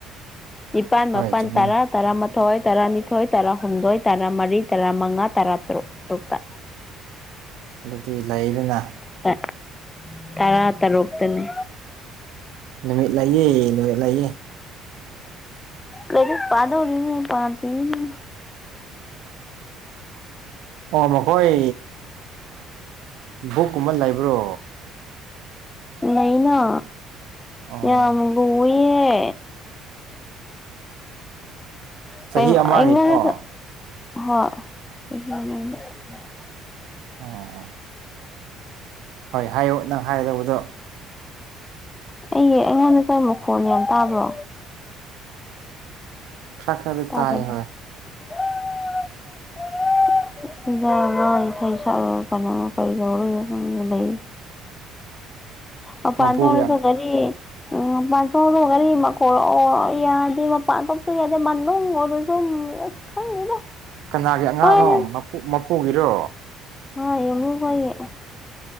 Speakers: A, on the left; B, on the right.
A: ꯅꯤꯄꯥꯜ
B: ꯍꯣꯏ
A: ꯃꯥꯄꯜ
B: ꯆꯨꯝꯃꯤ
A: ꯇꯔꯥ꯫ ꯇꯔꯥꯃꯊꯣꯏ ꯇꯔꯥꯅꯤꯊꯣꯏ ꯇꯔꯥꯍꯨꯝꯗꯣꯏ ꯇꯔꯥꯃꯔꯤ ꯇꯔꯥꯃꯉꯥ ꯇꯔꯥ ꯇꯔꯨꯛ ꯇꯔꯨꯛꯇ꯫
B: ꯑꯗꯨꯗꯤ ꯂꯩꯗꯅ꯫
A: ꯇ ꯇꯔꯥ ꯇꯔꯨꯛꯇꯅꯦ꯫
B: ꯅꯨꯃꯤꯠ ꯂꯩꯌꯦ ꯅꯨꯃꯤꯠ ꯂꯩꯥꯌꯦ꯫
A: ꯂꯩꯔꯤꯛ ꯄꯥꯗꯣꯔꯤꯅꯦ ꯄꯥꯗꯦꯅꯦ꯫ <inaudible>
B: ꯑꯣ ꯃꯈꯣꯏ ꯕꯨꯛꯀꯨꯝꯕ ꯂꯩꯕ꯭ꯔꯣ꯫
A: ꯂꯩꯅ
B: ꯑꯣ
A: ꯌꯥꯝ ꯂꯨꯏꯌꯦ꯫ <inaudible>
B: ꯆꯍꯤ ꯑꯃꯒꯤꯀꯣ
A: ꯍꯣꯏ꯫ <unintelligible>
B: ꯑꯣ꯫ ꯍꯣꯏ ꯍꯥꯏꯌꯣ ꯅꯪ ꯍꯥꯏꯒꯗꯧꯕꯗꯣ꯫
A: ꯑꯩ ꯑꯩꯉꯣꯟꯗꯁꯨ ꯃꯈꯣꯟ ꯌꯥꯝ ꯇꯥꯕ꯭ꯔꯣ꯫
B: ꯈꯔ ꯈꯔꯗꯤ
A: ꯇꯥꯗꯕ꯫
B: ꯇꯥꯏ ꯍꯣꯏ
A: <unintelligible> <unintelligible> ꯁꯤꯗ ꯑꯉꯥꯡ ꯏꯁꯩ ꯁꯛꯑꯥ ꯀꯩꯗꯧꯔ <unintelligible> ꯂꯩ꯫ ꯃꯄꯥꯟ
B: ꯃꯄꯨꯒꯤ
A: ꯊꯣꯛꯔꯁꯨ ꯒꯥꯔꯤ ꯎꯝ ꯃꯄꯥꯟ ꯆꯣꯔꯣ ꯒꯥꯔꯤ ꯃꯈꯣꯟꯔꯣ ꯌꯥꯗꯦ ꯃꯄꯥꯟ ꯊꯣꯛꯞꯁꯨ ꯌꯥꯗꯦ ꯃꯅꯨ ꯑꯣꯏꯔꯁꯨ ꯑꯁ ꯈꯪꯗꯦꯗ꯫
B: ꯀꯅꯥꯒꯤ ꯑꯉꯥꯡꯅꯣ
A: ꯀꯥꯏꯗꯒꯤ
B: ꯃꯄꯨ ꯃꯄꯨꯒꯤꯔꯣ꯫
A: ꯍꯣꯏ ꯌꯥꯝꯕꯨ ꯈꯣꯏꯒꯤ꯫